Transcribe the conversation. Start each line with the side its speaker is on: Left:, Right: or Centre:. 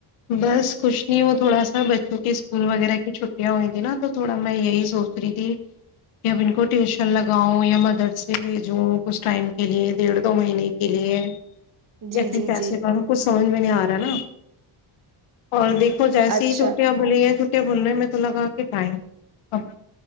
Left: بس کچھ نہیں وہ تھوڑا سا بچوں کے اسکول وغیرہ کی چھٹیاں ہوئی تھیں نا تو تھوڑا میں یہی سوچ رہی تھی کہ اب ان کو ٹیوشن لگاؤں یا مدر سے بھیجوں کچھ ٹائم کے لیے ڈیڑھ دو مہینے کے لیے
Right: جی
Left: یا پھر
Right: جی
Left: کیسے
Right: جی
Left: باروں کو سمجھ میں نہیں آ کار ہے نا اور دیکھ ہو جیسی
Right: اچھا
Left: چھوٹیاں بولی ہیں چ کیا بول رہنے میں تو لگا کہ ٹائم اب